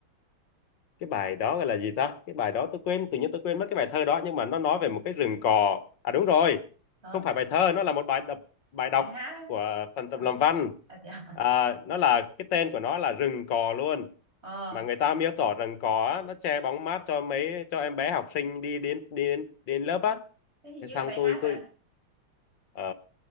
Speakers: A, on the left; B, on the right.
A: cái bài đó gọi là gì ta cái bài đó tôi quên tự nhiên tôi quên mất cái bài thơ đó nhưng mà nó nói về một cái rừng cỏ à đúng rồi
B: hả
A: không phải bài thơ nó là một bài đọc bài đọc
B: bài hát ấy.
A: của phần
B: à,
A: tập làm văn
B: à, thế à?
A: à, nó là cái tên của nó là rừng cò luôn
B: ờ
A: mà người ta miêu tả rừng cò á, nó che bóng mát cho mấy cho em bé học sinh đi đến đi đến, đi đến lớp á
B: Thế hình
A: thế
B: như
A: xong
B: là bài
A: tôi
B: hát
A: tôi
B: mà
A: ờ,